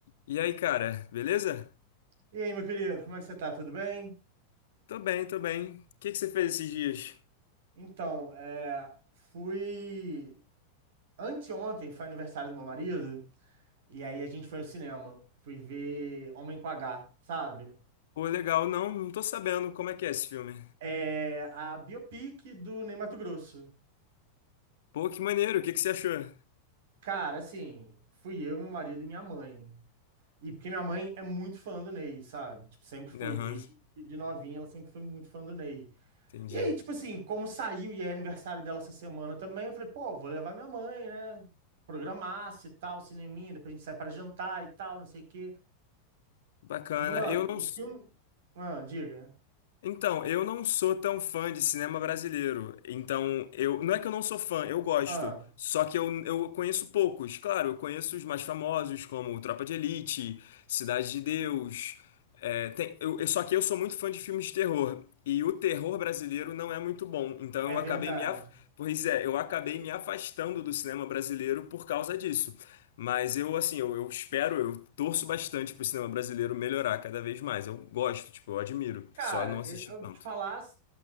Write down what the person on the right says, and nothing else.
E aí, meu querido, como é que você tá? Tudo bem?
Então, é, fui. Anteontem foi aniversário do meu marido, e aí a gente foi no cinema. Fui ver Homem com H, sabe?
É a biopic do Ney Matogrosso.
Cara, assim, fui eu, meu marido e minha mãe. E porque minha mãe é muito fã do Ney, sabe? Tipo, sempre foi,
desde de novinha, ela sempre foi muito fã do Ney.
E aí, tipo assim, como saiu e é aniversário dela essa semana também, eu falei, pô, vou levar minha mãe, né? Programar-se e tal, cineminha, depois a gente sai pra jantar e tal, não sei o quê.
Mano,
o
filme. Ah, diga.
Ah,
é
verdade.
Cara,
eu eu
te falar, as